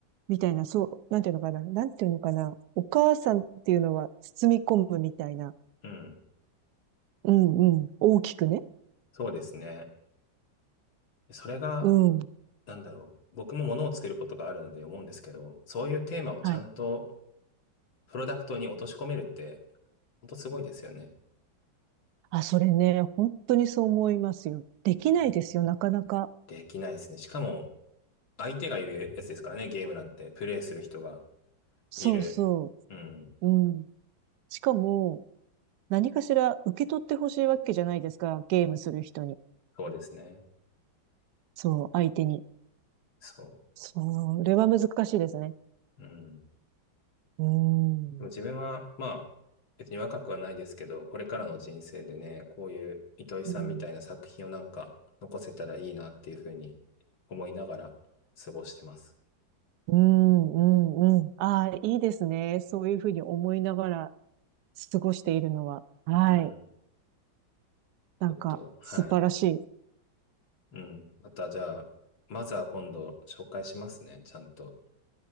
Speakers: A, on the right; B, on the left.
A: みたいな、そう、なんていうのかな、なんていうのかな、お母さんっていうのは包み込むみたいな。
B: うん。
A: うんうん。大きくね。
B: そうですね。それが、
A: うん。
B: なんだろう。僕も物を作ることがあるので思うんですけど、そういうテーマをちゃんと
A: はい。
B: プロダクトに落とし込めるって、ほんとすごいですよね。
A: あ、それね、本当にそう思いますよ。できないですよ、
B: うん。
A: なかなか。
B: できないですね。しかも、相手がいるやつですからね、ゲームなんて。プレイする人が
A: そうそ
B: いる。うん。
A: う。うん。しかも、何かしら受け取ってほしいわけじゃないですか、ゲームする人に。
B: そうですね。
A: そう、相手に。
B: そ
A: それは難しいですね。
B: う。うん。で
A: うー
B: も自分は、
A: ん。
B: まあ、別に若くはないですけど、これからの人生でね、こういう糸井さんみたいな作品をなんか残せたらいいなっていうふうに
A: うん。
B: 思いながら過ごしてます。
A: うん、うん、うん。ああ、いいですね。そういうふうに思いながら過ごしているのは。はい。
B: うん。
A: なんか、
B: ちょっと、はい。
A: 素晴らしい。
B: うん。またじゃあ、まずは今度紹介しますね、ちゃんと。